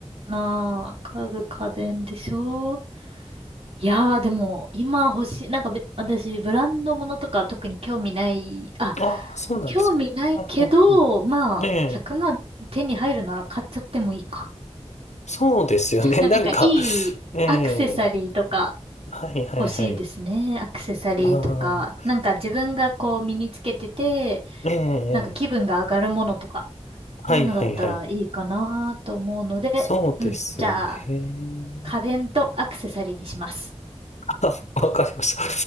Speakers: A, on the right; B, on the left.
A: な。家具家電でしょいやー、でも、今欲しい、なんかべ、私、ブランドものとか特に興味ない、あ、
B: ああ、そうなんですか。
A: 興味ないけど、
B: うんうんう
A: まあ、
B: ん。ええ。
A: 100万手に入るなら買っちゃってもいいか。
B: そうですよね。
A: なんか、
B: <laughs> なんか、
A: いいアクセサリーとか
B: ええ。はいはいはい。
A: 欲しいですね。アクセサリーとか、
B: あ
A: なんか自分がこう身につけてて、
B: あ、ええ。
A: なんか気分が上がるものとか、
B: ええはいはいはい。
A: そういうのだったらいいかなと思うので、
B: そうですね。
A: うん、じゃあ、家電とアクセサリーにします。
B: <laughs> あ、わかりました。